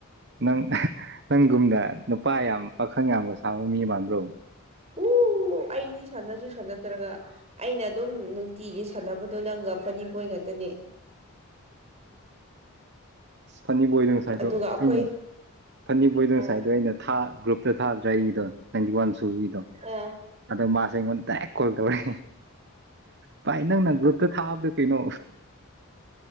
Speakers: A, on the right; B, on the right.
A: ꯅꯪ ꯅꯪꯒꯨꯝꯗ ꯅꯨꯄꯥ ꯌꯥꯝ ꯄꯥꯈꯪ ꯌꯥꯝꯕ ꯁꯥꯕ ꯃꯤ ꯃꯥꯟꯕ꯭ꯔꯣ
B: ꯑꯣ ꯑꯩꯗꯤ ꯁꯥꯟꯅꯁꯨ ꯁꯥꯟꯅꯗ꯭ꯔꯒ ꯑꯩꯅ ꯑꯗꯨꯝ ꯅꯨꯡꯇꯤꯒꯤ ꯁꯥꯟꯅꯕꯗꯣ ꯅꯪꯒ ꯐꯅꯤ ꯄꯣꯏ ꯉꯇꯅꯤ
A: ꯏꯐꯠꯅꯤ ꯣꯏꯗꯁꯥꯏꯗꯣ
B: ꯑꯗꯨꯒ ꯑꯩꯈꯣꯏ
A: ꯑꯩꯅ ꯐꯅꯤꯕꯣꯏꯗꯣ ꯉꯁꯥꯏꯗꯣ
B: ꯑ
A: ꯑꯩꯅ ꯒ꯭ꯔꯨꯞꯇ ꯊꯥꯗ꯭ꯔꯥ ꯑꯩꯒꯤꯗꯣ ꯅꯥꯏꯟꯇꯤ ꯋꯥꯟ ꯁꯨꯕꯤꯗꯣ
B: ꯑ
A: ꯑꯗꯣ ꯃꯥꯁꯦ ꯑꯩꯉꯣꯟꯗ ꯗꯥꯏꯔꯦꯛ ꯀꯣꯜ ꯇꯧꯔꯦ ꯚꯥꯏ ꯅꯪꯅ ꯒ꯭ꯔꯨꯞꯇ ꯊꯥꯕꯗꯣ ꯀꯩꯅꯣ